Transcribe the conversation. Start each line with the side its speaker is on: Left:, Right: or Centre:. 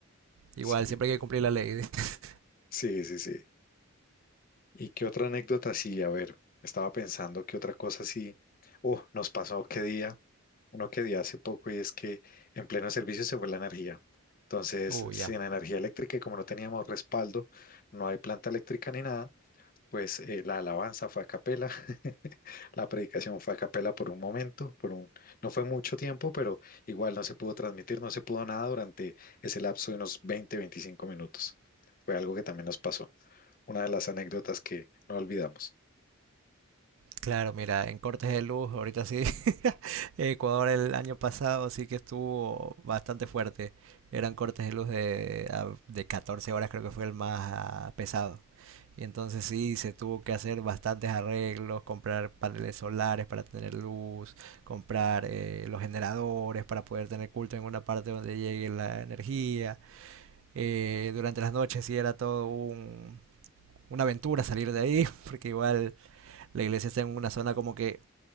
Right: Igual,
Left: Sí,
Right: siempre hay que cumplir la ley. <laughs>
Left: sí, sí, sí. ¿Y qué otra anécdota? Sí, a ver, estaba pensando que otra cosa sí. Oh, nos pasó qué día, no qué día hace poco, y es que en pleno servicio se fue la energía. Entonces,
Right: Uh,
Left: sin
Right: ya.
Left: energía eléctrica y como no teníamos respaldo, no hay planta eléctrica ni nada, pues eh, la alabanza fue a capela, <laughs> la predicación fue a capela por un momento, por un, no fue mucho tiempo, pero igual no se pudo transmitir, no se pudo nada durante ese lapso de unos 20, 25 minutos. Fue algo que también nos pasó una de las anécdotas que no olvidamos.
Right: Claro, mira, en cortes de luz, ahorita sí. <laughs> Ecuador el año pasado sí que estuvo bastante fuerte. Eran cortes de luz de, a- de 14 horas, creo que fue el más ah, pesado. Y entonces sí, se tuvo que hacer bastantes arreglos, comprar paneles solares para tener luz, comprar eh, los generadores para poder tener culto en una parte donde llegue la energía. eh, durante las noches sí era todo un, una aventura salir de ahí, <laughs> porque igual la iglesia está en una zona como que